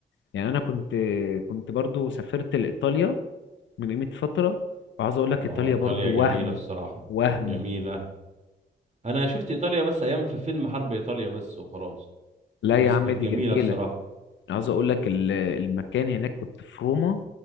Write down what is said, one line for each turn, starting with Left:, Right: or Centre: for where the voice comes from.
Left: يعني أنا كنت كنت برضو سافرت لإيطاليا من قيمة فترة وعاوز أقول لك إيطاليا
Right: اه ايطاليا
Left: برضو
Right: جميله
Left: وهم
Right: الصراحه
Left: وهم
Right: جميله انا شفت ايطاليا بس ايام في فيلم حرب ايطاليا بس وخلاص
Left: لا
Right: بس
Left: يا عم
Right: كانت
Left: دي
Right: جميلة
Left: جميلة
Right: الصراحة
Left: عاوز اقول لك ال- المكان هناك كنت في روما